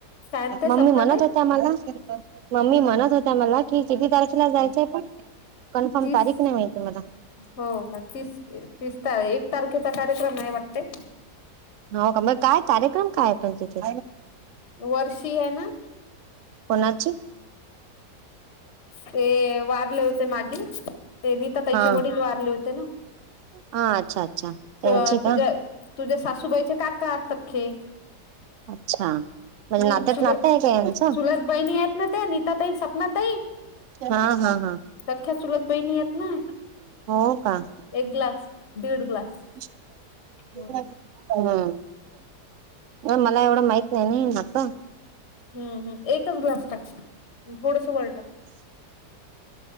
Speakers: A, on the left; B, on the right.
A: काय म्हणते
B: मम्मी
A: सपना
B: म्हणत
A: ताई
B: होत्या मला मम्मी म्हणत होत्या मला, की किती तारखेला जायचंय आपण? कन्फर्म
A: तीस
B: तारीख नाही माहिती मला.
A: हो का तीस तीस, त एक तारखेचा कार्यक्रम आहे वाटते.
B: हो का मग काय, कार्यक्रम काय पण तिथे.
A: वर्षी आहे ना
B: कोणाची! <unintelligible>
A: ते वारले होते मागे ते, नीतााताईचे
B: हा
A: वडील वारले होते ना.
B: हा अच्छा अच्छा त्यांची
A: ते तुझ्या,
B: का
A: तुझ्या सासूबाईचे काका सख्खे.
B: अच्छा. म्हणजे
A: हम्म
B: नात्यात
A: चुलत
B: नात हाय काय यांचं?
A: चुलत बहिणी आहेत ना त्या नीता ताई सपना ताई
B: हा हा हा.
A: सख्या चूलत बहिणी हेतना.
B: हो का?
A: एक ग्लास दीड ग्लास.
B: <unintelligible>
A: हम्म
B: हम्म मला एवढं माहित नाही असं.
A: हम्म हम्म. एकच ग्लास टाक, थोडंसं वर टाक.